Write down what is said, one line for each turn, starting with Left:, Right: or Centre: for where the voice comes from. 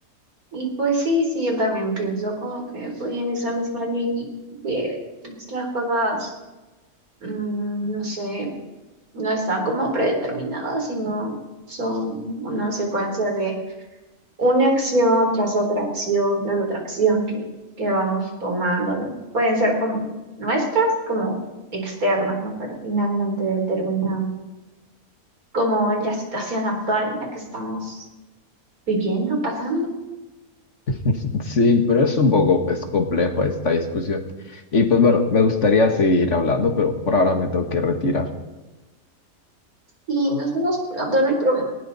Right: Y pues sí, sí, yo también pienso como que voy en esa misma línea, que pues, las cosas, mm, no sé, no están como predeterminadas, sino son una secuencia de una acción tras otra acción, tras otra acción que, que vamos tomando, ¿no? Pueden ser como nuestras, como externas, ¿no? Pero finalmente determina como la situación actual en la que estamos viviendo, pasando,
Left: <laughs> Sí, pero es un poco pues, complejo esta discusión. Y pues bueno, me gustaría seguir hablando, pero por ahora me tengo que retirar.
Right: y nos vemos pronto, no hay problema.